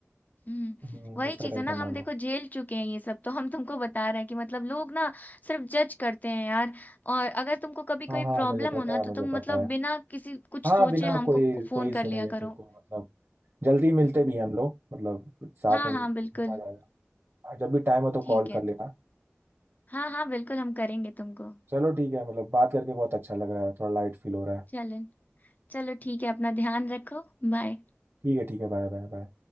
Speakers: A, on the left; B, on the right.
A: हम्म
B: हम्म,
A: वही
B: उसका
A: चीज
B: टेंशन
A: है ना
B: ना
A: हम देखो
B: लो
A: झेल चुके हैं ये सब तो हम तुमको बता रहे हैं कि मतलब लोग ना सिर्फ जज करते हैं यार और अगर तुमको कभी
B: हाँ
A: कोई
B: हाँ
A: प्रॉब्लम
B: मुझे पता
A: हो ना
B: है
A: तो
B: मुझे
A: तुम
B: पता
A: मतलब
B: है
A: बिना किसी कुछ
B: हाँ
A: सोचे
B: बिना
A: हमको
B: कोई
A: फोन
B: कोई
A: कर
B: सुने
A: लिया
B: ये
A: करो
B: तुमको मतलब जल्दी मिलते
A: हम्म
B: भी हैं हम लोग मतलब साथ
A: हाँ
B: में
A: हाँ
B: घूमा
A: बिल्कुल
B: जाएगा हाँ, जब भी टाइम हो तो
A: ठीक
B: कॉल
A: है
B: कर लेना
A: हाँ हाँ बिल्कुल हम करेंगे तुमको
B: चलो ठीक है मतलब बात करके बहुत अच्छा लग रहा है थोड़ा लाइट फील हो रहा है
A: चलो चलो ठीक है अपना ध्यान रखो बाय
B: ठीक है ठीक है बाय बाय बाय